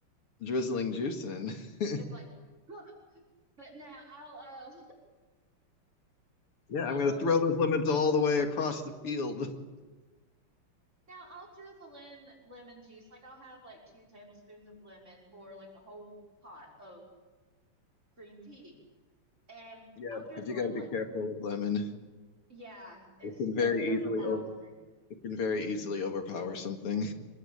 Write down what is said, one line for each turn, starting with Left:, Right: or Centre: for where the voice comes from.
Left: drizzling juice in. <laughs>
Right: It's like huh, but now I'll uh
Left: Yeah,
Right: I'll
Left: I'm gonna throw those lemons all the way across the field.
Right: now I'll drizzle in lemon juice. Like I'll have like two tablespoons of lemon for like a whole pot of green tea, and
Left: <laughs> Yeah,
Right: I'll drizzle
Left: because you got
Right: in
Left: to
Right: like
Left: be careful with lemon.
Right: yeah, it's
Left: It can
Right: very
Left: very
Right: overpowering.
Left: easily It can very easily overpower something.